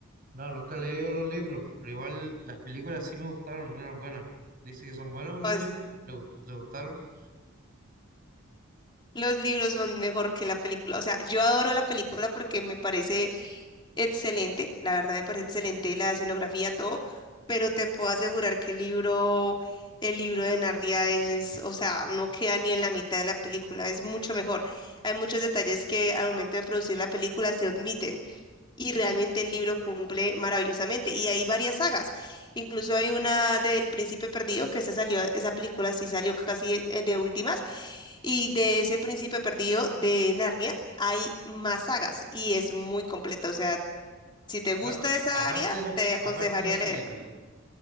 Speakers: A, on the right; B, on the left.
A: No, nunca he leído los libros, pero igual las películas sí me gustaron, eran buenas. Dice que son buenos
B: Pues,
A: los libros, le, gust- le gustaron.
B: los libros son mejor que la película. O sea, yo adoro la película porque me parece excelente, la verdad me parece excelente la escenografía, todo, pero te puedo asegurar que el libro, el libro de Narnia es, o sea, no queda ni en la mitad de la película, es mucho mejor. Hay muchos detalles que al momento de producir la película se omiten y realmente el libro cumple maravillosamente. Y hay varias sagas, incluso hay una del Príncipe Perdido, que esa salió, esa película sí salió casi de de últimas. Y de ese Príncipe Perdido de Narnia hay más sagas y es muy completa O sea, si te gusta
A: Apar-
B: esa
A: Aparte
B: área,
A: de las,
B: te aconsejaría
A: aparte de las
B: leerlo.
A: películas.